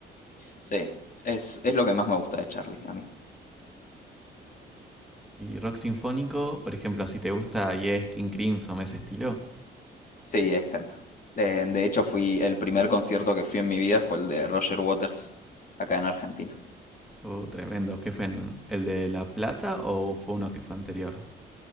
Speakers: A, on the left; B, in the centre.
A: Sí, es, es lo que más me gusta de Charlie, a mí.
B: Y rock sinfónico, por ejemplo, si te gusta Yes, King Crimson, ese estilo.
A: Sí, exacto. Eh, de hecho, fui, el primer concierto que fui en mi vida fue el de Roger Waters, acá en Argentina.
B: Uh, tremendo. ¿Qué fue? en- ¿El de La Plata o fue uno que fue anterior?